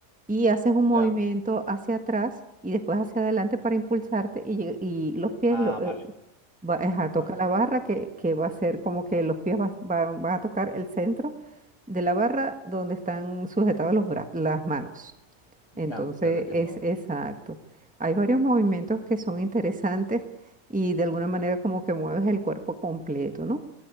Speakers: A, in the centre; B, on the left.
A: y haces un movimiento
B: Ya.
A: hacia atrás y después hacia adelante para impulsarte y, llega- y los pies,
B: Ah,
A: lo, eh,
B: vale,
A: va- eh, ajá, toca
B: vale.
A: la
B: vale.
A: barra que, que va a ser como que los pies va- va- van a tocar el centro de la barra donde están sujetados los bra- las manos.
B: Ya,
A: Entonces
B: ya te entiendo
A: es
B: ahora.
A: exacto. Hay varios movimientos que son interesantes y de alguna manera como que mueves el cuerpo completo, ¿no?